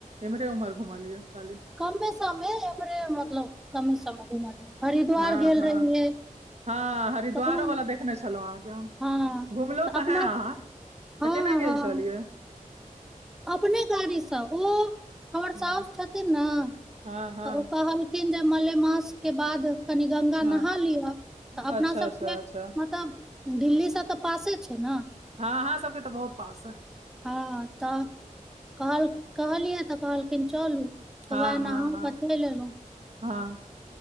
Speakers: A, on the right; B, in the centre.
A: एम्हरे उम्हर घुमालियै खाली
B: कमे समे एम्हरे मतलब कमे समे घुमलियै हरिद्वार
A: हँ
B: गेल
A: हँ
B: रहियै
A: हँ हरिद्वारो
B: तखन
A: वाला देखने छलहुँ अहाँके
B: हँ
A: घुमलहुँ तऽ
B: अपना
A: हैं अहाँ
B: हँ
A: तऽ केना गेल
B: हँ
A: छलियै
B: अपने गाड़ीसँ ओ हमर
A: हूँ
B: सासु छथिन ना
A: हँ हँ
B: तऽ ओ कहलखिन खिन जे मलेमास के बाद कनी गंगा
A: हँ
B: नहा लिअ तऽ अपना
A: अच्छा
B: सबके
A: अच्छा अच्छा
B: तब दिल्ली सब तऽ पासे छै ने
A: हँ अहाँ सबके तऽ बहुत पास ह
B: हँ तऽ कहल कहलियै तऽ कहलखिन चलू तऽ
A: हँ
B: वएह
A: हँ
B: नहा
A: हँ
B: कऽ चलि एलहुँ
A: हँ